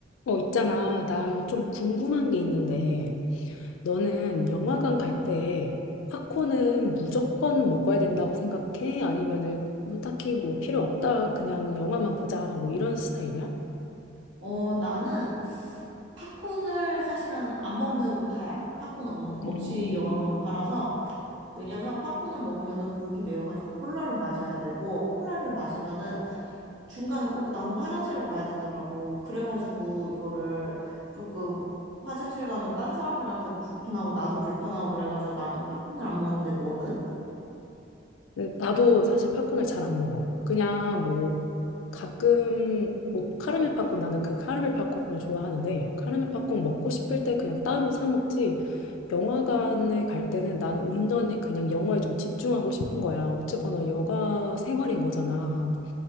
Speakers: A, on the left (about 85°); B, on the right (about 70°).
A: 어, 있잖아. 나 좀 궁금한 게 있는데, 너는 영화관 갈 때 팝콘은 무조건 먹어야 된다고 생각해? 아니면은 뭐 딱히 뭐 필요 없다. 그냥 영화만 보자. 뭐 이런 스타일이야?
B: 어, 나는 팝콘을 사실은 안 먹는 파야. 팝콘 없, 없이
A: 음.
B: 영화 보는 파라서. 왜냐면 팝콘을 먹으면은 목이 메어가지고 콜라를 마셔야 되고, 콜라를 마시면은 중간에 꼭 나는 화장실을 가야 되더라고. 그래가지고 이거를 조금 화장실 가면 딴 사람들한테도 불편하고 나도 불편하고 그래가지고 나는 팝콘을 안 먹는데 너는?
A: 근데 나도 사실 팝콘을 잘 안 먹어. 그냥 뭐 가끔 뭐 카라멜 팝콘 나는 그 카라멜 팝콘을 좋아하는데 카라멜 팝콘 먹고 싶을 때 그냥 따로 사 먹지. 영화관에 갈 때는 난 온전히 그냥 영화에 좀 집중하고 싶은 거야. 어쨌거나 여가 생활인 거잖아.